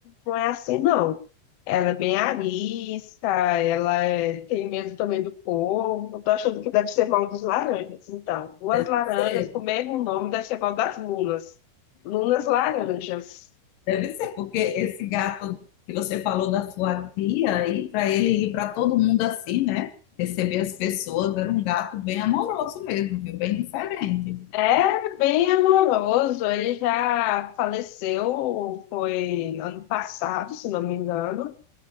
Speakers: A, on the left (about 70°); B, on the left (about 90°).
A: não é assim, não. Ela é bem arisca, ela é- tem medo também do povo. Eu tô achando que deve ser mal dos laranjas. Então, duas
B: Deve
A: laranjas
B: ser,
A: com o mesmo nome deve ser mal das lunas. Lunas laranjas.
B: deve ser, porque esse gato que você falou da sua tia aí, para ele ir para todo mundo assim, né? Receber as pessoas, era um gato bem amoroso mesmo, viu? Bem diferente.
A: É bem amoroso. Ele já faleceu, foi ano passado, se não me engano.